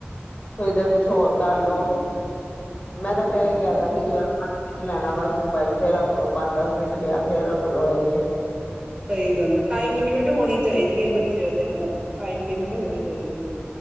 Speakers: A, on the left (about 30°); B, on the right (about 20°).
A: ਹੋਇਦਾ ਕੁਛ ਕੁਛ ਹੋਰ ਕਰਲੋ,
B: ਹਾਂਜੀ
A: ਮੈਂ ਤਾਂ ਫੇਰ
B: ਹੂੰ
A: ਇਹ ਕਹਿ ਦਾਗੀ ਕਿ ਲੈਣਾ ਬਸ ਮੋਬਾਈਲ। ਫੇਰ ਰੱਖਦੋ ਪੰਜ ਦਸ ਮਿੰਟ ਲਿਆ, ਫੇਰ ਰੱਖ ਦੋ ਐਵੇਂ।
B: ਸਹੀ ਗੱਲ ਐ, ਟਾਈਮ ਲਿਮਿਟ ਹੋਣੀ ਚਾਹੀਦੀ ਹੈ ਬ <unintelligible> ਨਾ ਟਾਈਮ ਲਿਮਿਟ ਹੋਨੀ ਚਾਹੀਦੀ ਐ।